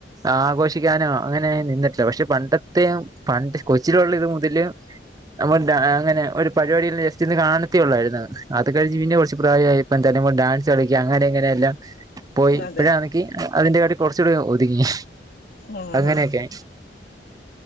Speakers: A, on the right; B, on the left.
A: ആഘോഷിക്കാന അങ്ങനെ നിന്നിട്ടില്ല പക്ഷെ പണ്ടത്തെ പണ്ട് കൊച്ചിലുള്ള ഇത് മുതല് നമ്മ അങ്ങനെ ഒരു പരിപാടി ജെസ്റ്റിന്ന് കാണത്തിയള്ളായിരുന്നു അത് കഴിഞ്ഞു പിന്നെ കുറച്ചു പ്രായായി പ ന്തായാലും ഡാൻസ് കളി അങ്ങനെ ഇങ്ങനെ എല്ലാം പോയി
B: അതെ
A: ഇപ്പഴാ ണ ങ്കി അതിന്റെ കാട്ടി കുറച്ചുകൂടി ഒതുങ്ങി
B: ആഹ്
A: അങ്ങനെയൊക്കെ
B: ആഹ്